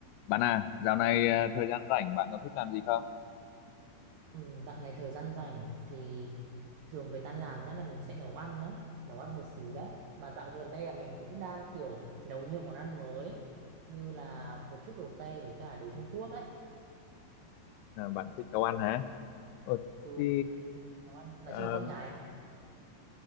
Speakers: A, on the left; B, on the right.
A: Bạn à, dạo này à, thời gian rảnh bạn có thích làm gì không?
B: Ừ, dạo này thời gian rảnh thì thường về tan làm nhất là mình sẽ nấu ăn đấy, nấu ăn một xíu đấy. Mà dạo gần đây là mình cũng đang kiểu nấu nhiều món ăn mới như là một chút đồ Tây với cả đồ Trung Quốc đấy.
A: À, bạn thích nấu ăn hả? Ừ,
B: Ừ,
A: thì
B: mình- nấu ăn
A: ờ,
B: nói chung là con gái